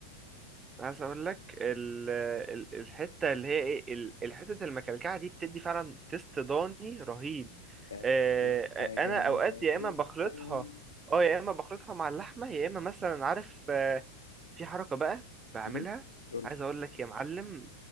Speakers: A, on the right; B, on the left.
A: عايز اقول لك ال... ال- الحته اللي هي ايه ال- الحته المكلكعه دي بتدي فعلا تيست ضاني رهيب
B: كانت
A: آه،
B: تبقى جامدة
A: آه، انا اوقات يا
B: جدا
A: اما بخلطها
B: امم
A: اه يا اما بخلطها مع اللحمه يا اما مثلا عارف آه، في حركة بقى بعملها
B: امم قول
A: عايز
B: لي
A: اقول لك يا معلم